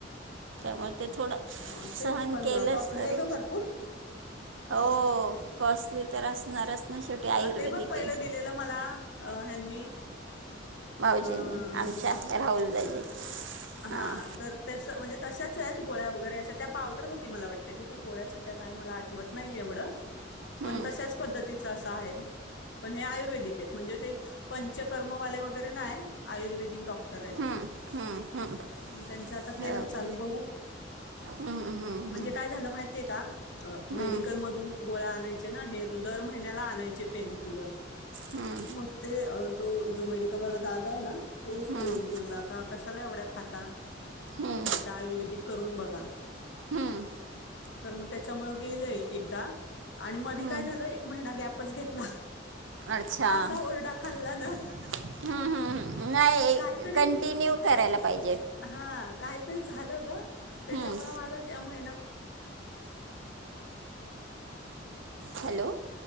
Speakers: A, on the right; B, on the left.
A: त्यामुळे ते थोडं
B: अ, तेच
A: सहन
B: पण
A: केलंस
B: कॉस्टली
A: तरी,
B: आहे ग भरपूर
A: हो. कॉसली तर असणारच ना शेवटी आयुर्वेदिक
B: अ ते बघ पहिलं
A: आहे
B: दिलेलं मला अ ह्यांनी
A: भाऊजीनी
B: अ,
A: आमच्या राहूल दाजी
B: हा
A: हां
B: तर तस म्हणजे तशाच आहेत गोळ्या वगैरे अशा त्या पावडर होती मला वाटते ति त्या गोळ्याच होत्या काय मला आठवत नाही एवढं
A: हं
B: पण तशाच पद्धतीचा असं आहे पण हे आयुर्वेदिक आहेत म्हणजे ते पंचकर्मवाले वगैरे नाहीय आयुर्वेदिक डॉक्टर आहेत.
A: हं हं हं
B: म त्यांच्या आता केलंच
A: हो
B: चालू
A: का
B: बघु
A: हं हं
B: म्हणजे
A: हं
B: काय झालं माहितीये का? अ
A: हं
B: मेडिकल मधून गोळ्या आणायच्या. हे दर महिन्याला आणायचे. पेनक्युलर
A: हं
B: मग ते तो जो मेडिकल वाला दादा आहे ना. तोच
A: हं
B: बोलला का कशाला एवढ्या खाता.
A: हं
B: एकदा आयुर्वेदिक करून बघा.
A: हं
B: तर मग त्याच्यामूळ गेलेय एकदा आणि मधी
A: हं
B: काय झालं एक महिना गॅप पच घेतला.
A: अच्छा हम्म
B: असा ओरडा खाल्ला ना
A: हम्म हम्म नाही
B: काहीतरी
A: कंटिन्यू करायला
B: झ-
A: पाहि
B: हा काय ते झालं ग त्याच्यामुळे
A: हम्म.
B: माझा ग्या महिना
A: हॅलो